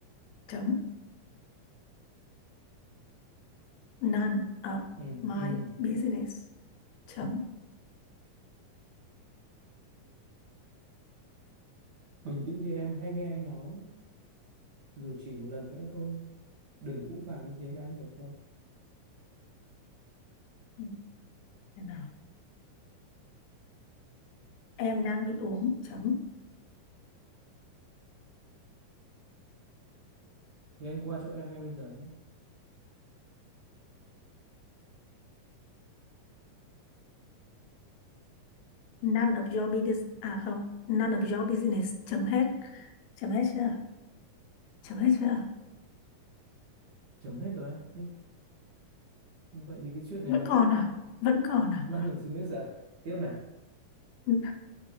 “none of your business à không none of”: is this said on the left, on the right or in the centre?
Left